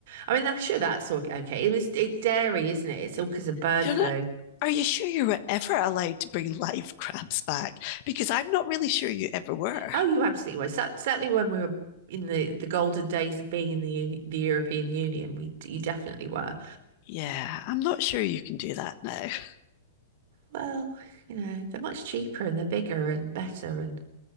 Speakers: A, on the right; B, on the left.
A: I mean, I'm sure that's all okay. It was it's dairy, isn't it? It's all because of bird
B: You're
A: flu.
B: not are you sure you were ever allowed to bring live crabs back? Because I'm not really sure you ever were.
A: Oh, you absolutely were Cer- Certainly, when we were in the the golden days of being in the uni the European Union, we you definitely were.
B: Yeah, I'm not sure you can do that now. <laughs>
A: Well, you know, they're much cheaper and they're bigger and better, and